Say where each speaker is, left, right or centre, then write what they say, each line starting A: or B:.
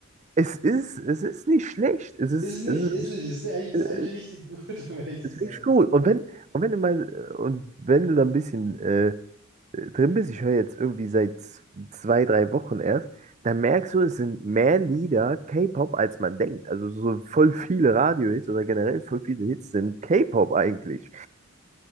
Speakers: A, on the right (about 30°); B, on the right (about 55°).
A: es ist, es ist nicht schlecht. Es ist,
B: Ist nicht,
A: es ist,
B: ist nicht. Ist, ri- eigentlich- ist
A: äh,
B: eigentlich richtig gut, <laughs> um ehrlich zu
A: es ist
B: sein.
A: wirklich gut. Und wenn, und wenn du mal, äh, und wenn du da ein bisschen äh, äh, drin bist, ich höre jetzt irgendwie seit z- zwei, drei Wochen erst, dann merkst du, es sind mehr Lieder K-Pop, als man denkt. Also so voll viele Radiohits oder generell voll viele Hits sind K-Pop eigentlich,